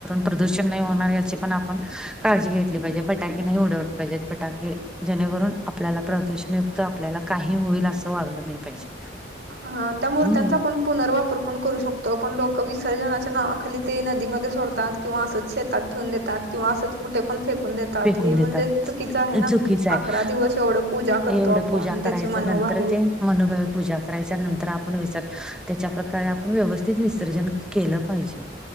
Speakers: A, in the centre; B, on the right.
A: प्रदूषण नाही होणार याची पण आपण काळजी घेतली पाहिजे फटाके नाही उडवले पाहिजेत फटाके जेणेवरून आपल्याला प्रदूषणयुक्त आपल्याला काही होईल असं वागलं नाही पाहिजे.
B: हा त्या मूर्त्यांचा
A: हम्म
B: आपण पुनर्वापर पण करू शकतो पण लोक विसर्जनाच्या नावाखाली ते नदीमध्ये सोडतात. किवां असच शेतात ठेवून देतात किवां असचं कुठे पण फेकून देतात
A: फेकून
B: हे म्हणजे
A: देतात
B: चुकीचं आहे ना
A: चुकीचं आहे
B: अकरा दिवस एवढं पूजा करतो.
A: एवढं पूजा
B: कोण त्याची
A: करायचं
B: मनोभावे
A: नंतर ते मनोभावी पूजा करायच्या नंतर आपण विस, त्याच्या प्रकारे आपण व्यवस्थित विसर्जन केलं पाहिजे.